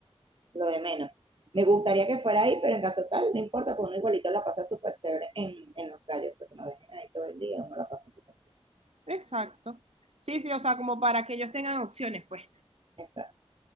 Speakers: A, on the right (about 55°); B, on the right (about 75°).
A: lo de menos. Me gustaría que fuera ahí, pero en caso tal, no importa, porque uno igualito la pasa súper chévere en, en los calles, porque no dejen ahí todo el día, uno la pasa súper bien.
B: exacto. Sí, sí, o sea, como para que ellos tengan opciones, pues.
A: Exacto.